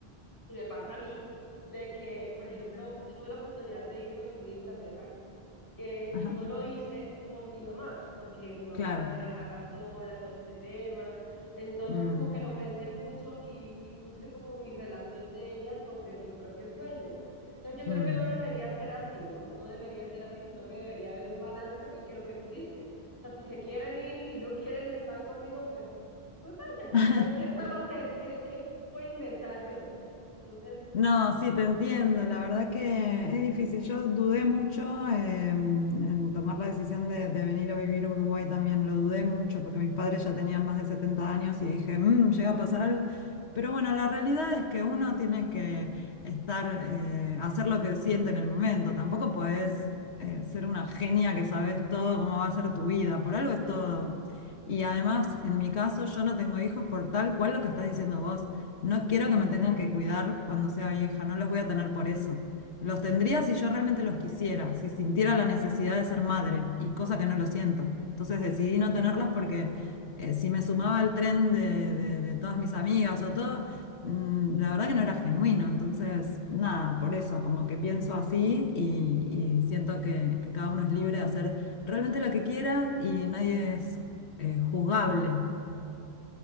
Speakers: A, on the left; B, on the left.
A: y me pasa a mí de que, por ejemplo, yo tuve la oportunidad de irme a vivir a Inglaterra eh,
B: ajá,
A: y no lo hice por mi mamá, porque mi mamá
B: claro.
A: dejarla sola, todo este tema. Entonces
B: mm,
A: como que lo pensé mucho y, y puse como mi relación de ella sobre mis propios sueños. Entonces yo creo
B: mm.
A: que no debería ser así, ¿no? No debería ser así, sino que debería haber un balance y que lo que tú dices, o sea, si se quieren ir y que no <laughs> quieren estar conmigo, pues, pues váyanse,
B: <laughs>
A: ¿qué, qué puedo hacer? ¿Qué, ¿Qué voy a inventar yo? Entonces,
B: No, sí, te entiendo. La verdad que es difícil. Yo dudé mucho eh, en tomar la decisión de, de venir a vivir a Uruguay también. Lo dudé mucho porque mis padres ya tenían más de 70 años y dije, "Mm, llega a pasar algo. Pero bueno, la realidad es que uno tiene que estar, eh, hacer lo que siente en el momento. Tampoco puedes ser una genia que sabes todo cómo va a ser tu vida. Por algo
A: uh -huh.
B: es todo. Y además, en mi caso, yo no tengo hijos por tal cual lo que estás diciendo vos. No quiero que me tengan que cuidar cuando sea vieja, no los voy a tener por eso. Los tendría si yo realmente los quisiera, si sintiera la necesidad de ser madre, y cosa que no lo siento. Entonces decidí no tenerlos porque eh, si me sumaba al tren de, de- de todas mis amigas o todo, mm, la verdad que no era genuino. Entonces, nada, por eso, como que pienso así y, y siento que, que cada uno es libre de hacer realmente lo que quiera y nadie es eh, juzgable.